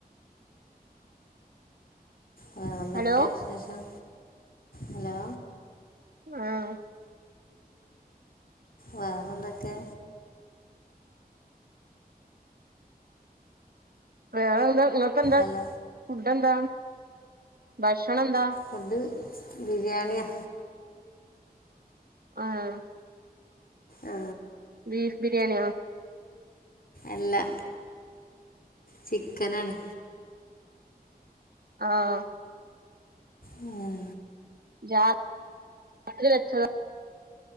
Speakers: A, on the left (about 65°); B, on the right (about 70°).
A: വേറെ എന്തൊക്കെ
B: ഹലോ
A: വിശേഷം ഹലോ
B: ആഹ്
A: വേറെ എന്തൊക്കെ
B: വേറെ എന്താ ഇങ്ങക്ക് എന്താ
A: അല്ല
B: ഫുഡ്ഡ് എന്താ ബക്ഷണം എന്താ
A: ഫുഡ് ബിരിയാണിയാ
B: ആഹ്
A: ആ,
B: ബീഫ് ബിരിയാണിയോ
A: അല്ല ചിക്കനാണ്
B: ആഹ്
A: ഉം
B: രാത്രില് വച്ചെതാ